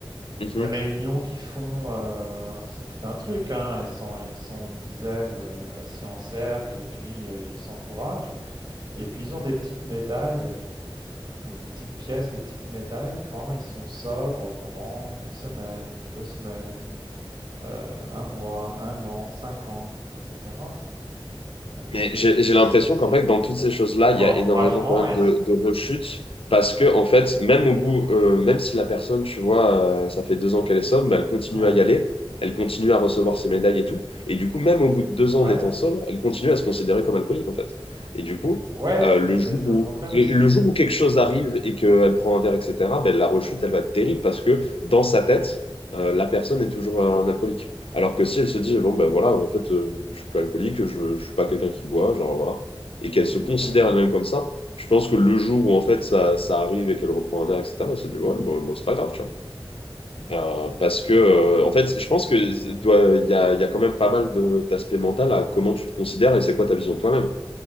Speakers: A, on the left; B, on the right.
A: Mhm.
B: les réunions qu'ils font, euh, c'est tout un truc. hein. Ils sont, ils sont une dizaine euh, assis en cercle et puis euh, ils s'encouragent. Et puis ils ont des petites médailles ou des petites pièces, des petites médailles quand ils sont sobres pendant une semaine, deux semaines, euh, un mois, un an, cinq ans, etc. Euh,
A: Mais
B: parce
A: j'ai
B: que c'est
A: j'ai l'impression qu'en fait, dans toutes ces choses-là,
B: c'est
A: il
B: par
A: y a
B: encouragement
A: énormément quand même
B: et
A: de, de rechutes parce que, en fait, même au bout, euh, même si la personne, tu vois, euh, ça fait deux ans qu'elle est sobre, bah, elle continue
B: Ouais,
A: à y aller, elle continue à recevoir ses médailles et tout. Et du coup, même au bout de deux ans
B: ouais.
A: en étant sobre, elle continue à se considérer comme alcoolique, en fait. Et du coup,
B: Ouais,
A: euh,
B: c'est
A: le
B: c'est
A: jour
B: c'est
A: où,
B: un problème
A: et
B: aussi,
A: le jour
B: ouais.
A: où quelque chose arrive et qu'elle prend un verre, etc., ben la rechute, elle va être terrible parce que dans sa tête, euh, la personne est toujours euh, un alcoolique. Alors que si elle se dit,
B: Mmh.
A: bon, ben voilà, en fait, euh, je suis pas alcoolique, je, je suis pas quelqu'un qui boit, genre voilà, et qu'elle se considère
B: Ouais.
A: elle-même comme ça, je pense que le jour où en fait ça, ça arrive et qu'elle reprend un verre, etc., elle se dit, ouais, bon, bon, c'est pas grave, tu vois. Euh, parce
B: Je
A: que,
B: sais
A: euh,
B: pas.
A: en fait, je pense que toi, il y a, il y a quand même pas mal de- d'aspects mentaux à comment tu te considères et c'est quoi ta vision de toi-même.